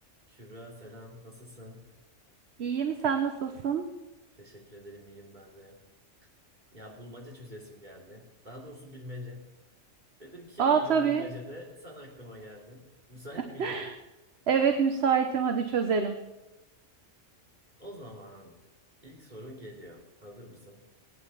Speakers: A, on the right; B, on the right.
A: Kübra selam, nasılsın?
B: İyiyim, sen nasılsın?
A: Teşekkür ederim, iyiyim ben de. Ya bulmaca çözesim geldi. Daha doğrusu bilmece. Dedim kim
B: Aa
A: iyidir
B: tabii.
A: bilmecede sen aklıma geldin. Müsait
B: <laughs>
A: miydin?
B: Evet, müsaitim. Hadi çözelim.
A: O zaman ilk sorun geliyor. Hazır mısın?